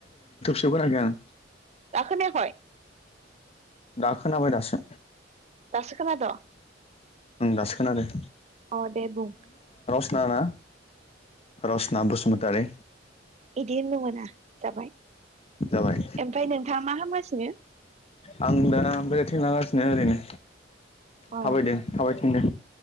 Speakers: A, on the left; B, on the right.
A: नोंखौ होनाखै आं
B: दा खोनायाखै?
A: दाखोनाबाय दासो।
B: दासो खोनादों?
A: उम दासो खोनादों।
B: अ दे बुं
A: ना ना रसना बसुमतारी
B: इदि होननो मोना जाबाय
A: जाबाय
B: ओमफ्राय नोंथाङा मा हामगासिनो?
A: आं दा बेरायथिंला गासिनो ओरैनो
B: अ
A: थाबायदों थाबाय थिनदों